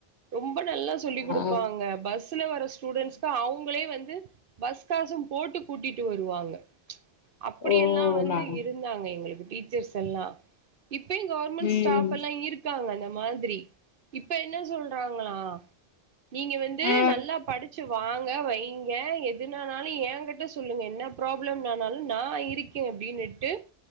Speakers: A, on the right; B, on the left.
A: ரொம்ப நல்லா சொல்லி் குடுப்பாங்க
B: ஆ
A: பஸ்ல வர ஸ்டூடெண்ட்ஸ் கு அவங்களே வந்து பஸ் காசு போட்டு கூட்டிட்டு வருவாங்க அப்பிடியெல்லா
B: ஓ
A: வந்து
B: நா
A: இருந்தாங்க எங்களுக்கு டீச்சர்ஸெல்லா இப்பயு கவர்மெண்ட்
B: ம்
A: ஸ்டாபெல்லா இருக்காங்க அந்த மாதிரி இப்ப என்ன சொல்றாங்களா நீங்க வந்து
B: ஆ
A: நல்லா படிச்சு வாங்க வைங்க எதுனானாலு ஏங் கிட்ட சொல்லுங்க என்ன ப்ராப்ளம் ஆனாலு நா இருக் கே அப்டின்னுட்டு